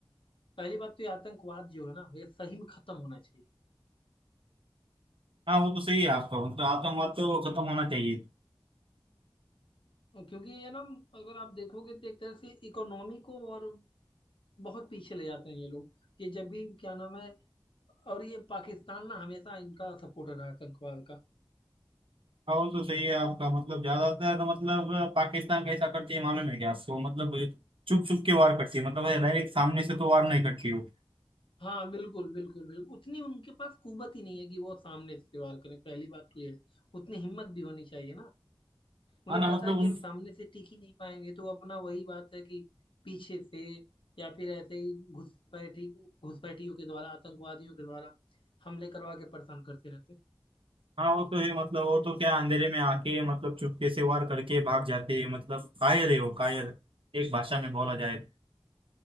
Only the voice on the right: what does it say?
हाँ वो तो सही है आपका मतलब आतंकवाद तो खत्म होना चाहिए
हाँ वो तो सही है आपका मतलब ज्यादातर तो, मतलब पाकिस्तान कैसा करती है मालूम है क्या आपको मतलब छुप छुप के वार करती है मतलब डायरेक्ट सामने से तो वार नहीं करती वो
हाँ ना
मतलब
हाँ वो तो है मतलब वो तो क्या अंधेरे में आके मतलब चुपके से वार करके भाग जाते हैं मतलब कायर है वो कायर एक भाषा में बोला जाए तो।